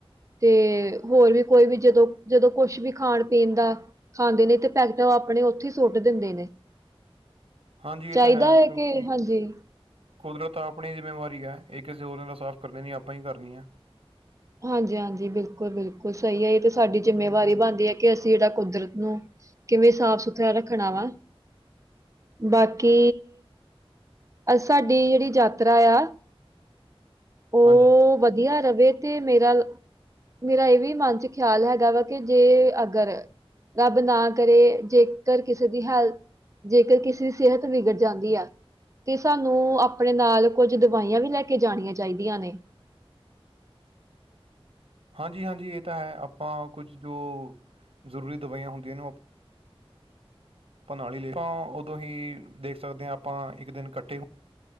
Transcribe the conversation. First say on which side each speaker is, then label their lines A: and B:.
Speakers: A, on the right; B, on the right.
A: ਤੇ ਹੋਰ ਵੀ ਕੋਈ ਵੀ ਜਦੋਂ ਜਦੋਂ ਕੁਛ ਵੀ ਖਾਣ ਪੀਣ ਦਾ ਖਾਂਦੇ ਨੇ ਤੇ ਪੈਕਟਾਂ ਆਪਣੇ ਉੱਥੇ ਸੁੱਟ ਦਿੰਦੇ ਨੇ।
B: ਹਾਂਜੀ ਇਹ
A: ਚਾਹੀਦਾ
B: ਤਾਂ ਹੈ
A: ਏ
B: ਕਿਉਂਕਿ
A: ਕਿ ਹਾਂਜੀ।
B: ਕੁਦਰਤ ਤਾਂ ਆਪਣੀ ਜ਼ਿੰਮੇਵਾਰੀ ਏ। ਇਹ ਕਿਸੇ ਹੋਰ ਨਾਲ ਸਾਫ਼ ਕਰਦੇ ਨਹੀਂ ਆਪਾਂ ਹੀ ਕਰਨੀ ਆ।
A: ਹਾਂਜੀ ਹਾਂਜੀ। ਬਿਲਕੁਲ ਬਿਲਕੁਲ ਸਹੀ ਹੈ। ਇਹ ਤੇ ਸਾਡੀ ਜਿੰਮੇਵਾਰੀ ਬਣਦੀ ਹੈ ਕਿ ਅਸੀਂ ਜਿਹੜਾ ਕੁਦਰਤ ਨੂੰ ਕਿਵੇਂ ਸਾਫ਼ ਸੁਥਰਾ ਰੱਖਣਾ ਵਾ। ਬਾਕੀ, ਸਾਡੀ ਜਿਹੜੀ ਯਾਤਰਾ ਆ। ਉਹ
B: ਹਾਂਜੀ।
A: ਵਧੀਆ ਰਵੇ ਤੇ ਮੇਰਾ ਮੇਰਾ ਇਹ ਵੀ ਮਨ ਚ ਖਿਆਲ ਹੈਗਾ ਵਾ ਕਿ ਜੇ ਅਗਰ, ਰੱਬ ਨਾ ਕਰੇ ਜੇਕਰ ਕਿਸੇ ਦੀ ਹਾਲਤ ਜੇਕਰ ਕਿਸੇ ਦੀ ਸਿਹਤ ਵਿਗੜ ਜਾਂਦੀ ਆ। ਤੇ ਸਾਨੂੰ ਆਪਣੇ ਨਾਲ ਕੁੱਝ ਦਵਾਈਆਂ ਵੀ ਲੈ ਕੇ ਜਾਣੀਆਂ ਚਾਹੀਦੀਆਂ ਨੇ।
B: ਹਾਂਜੀ ਹਾਂਜੀ। ਇਹ ਤਾਂ ਹੈ ਆਪਾਂ ਕੁਝ ਜੋ ਜ਼ਰੂਰੀ ਦਵਾਈਆਂ ਹੁੰਦੀਆਂ ਨੇ ਆਪਾਂ ਨਾਲ ਲੀ ਆਪਾਂ ਉਦੋਂ ਹੀ ਦੇਖ ਸਕਦੇ ਹਾਂ ਆਪਾਂ ਇੱਕ ਦਿਨ ਇਕੱਠੇ